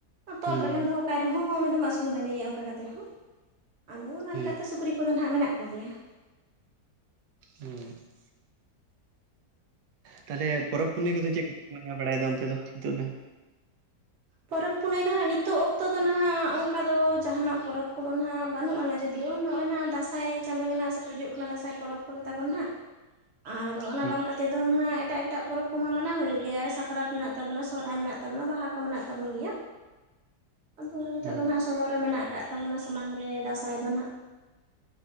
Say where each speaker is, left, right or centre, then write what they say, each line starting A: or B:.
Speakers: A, on the right; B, on the right.
A: ᱛᱚᱞ
B: ᱦᱩᱸ
A: ᱨᱮᱜᱮᱢ ᱫᱚᱦᱚ ᱠᱟᱭ ᱨᱮᱦᱚᱸ ᱩᱱᱤ ᱫᱚᱢ ᱟᱹᱥᱩᱞ ᱜᱟᱱᱮᱭᱟ ᱚᱱᱠᱟ ᱠᱟᱛᱮᱫ ᱦᱚᱸ ᱾ ᱟᱫᱚ ᱚᱱᱟ
B: ᱦᱩᱸ
A: ᱞᱮᱠᱟᱛᱮ ᱥᱩᱠᱨᱤ ᱠᱚᱫᱚ ᱱᱟᱦᱜ ᱢᱮᱱᱟᱜ ᱠᱚᱜᱮᱭᱟ ᱾
B: ᱦᱮᱸ <unintelligible> ᱛᱟᱦᱚᱞᱮ ᱯᱚᱨᱚᱵᱽ ᱯᱩᱱᱟᱹᱭ ᱠᱚᱫᱚ ᱪᱮᱫ ᱠᱚᱯᱮ ᱢᱟᱱᱟᱣ ᱵᱟᱲᱟᱭᱮᱫᱟ ᱚᱱᱛᱮ ᱫᱚ ᱱᱤᱛᱚᱜ ᱫᱚ?
A: ᱯᱚᱨᱚᱵᱽ ᱯᱩᱱᱟᱹᱭ ᱫᱚ ᱦᱟᱸᱜ ᱱᱤᱛᱚᱜ ᱚᱠᱛᱚ ᱫᱚ ᱱᱟᱦᱟᱜ ᱚᱱᱠᱟ ᱫᱚ ᱡᱟᱦᱟᱱᱟᱜ ᱯᱚᱨᱚᱵᱽ ᱠᱚᱫᱚ ᱱᱟᱦᱜ ᱵᱟᱹᱱᱩᱜ ᱟᱱᱟ ᱫᱤᱭᱳ ᱱᱚᱜᱼᱚᱭ ᱱᱟᱜ ᱫᱟᱥᱟᱸᱭ ᱪᱟᱸᱫᱚ ᱜᱮ ᱱᱟᱦᱟᱜ ᱥᱮᱴᱮᱨ ᱦᱤᱡᱩᱜ ᱠᱟᱱᱟ ᱫᱟᱥᱟᱸᱭ ᱯᱚᱨᱚᱵᱽ ᱠᱚᱜᱮ ᱛᱟᱵᱚᱱ ᱱᱟᱦᱜ ᱾
B: <unintelligible>
A: ᱟᱨ ᱚᱱᱟ
B: ᱦᱩᱸ
A: ᱵᱟᱝ ᱠᱟᱛᱮᱫ ᱫᱚ ᱱᱟᱦᱜ ᱮᱴᱟᱜ ᱮᱴᱟᱜ ᱯᱚᱨᱚᱵᱽ ᱠᱚᱢᱟ ᱢᱟᱱᱟᱣ ᱦᱩᱭᱩᱜ ᱜᱮᱭᱟ ᱥᱟᱠᱨᱟᱛ ᱢᱮᱱᱟᱜ ᱛᱟᱵᱚᱱᱟ, ᱥᱚᱦᱨᱟᱭ ᱛᱟᱵᱚᱱᱟ, ᱵᱟᱦᱟ ᱢᱮᱱᱟᱜ ᱛᱟᱵᱚᱱ ᱜᱮᱭᱟ, ᱟᱫᱚ ᱱᱤᱛ
B: ᱦᱩᱸ
A: ᱫᱚ ᱱᱟᱦᱜ ᱥᱚᱫᱚᱨ ᱨᱮ ᱢᱮᱱᱟᱜ ᱟᱠᱟᱫ ᱛᱟᱵᱚᱱᱟ ᱥᱟᱢᱟᱝ ᱨᱮ ᱫᱟᱸᱥᱟᱭ ᱫᱚ ᱱᱟᱦᱜ ᱾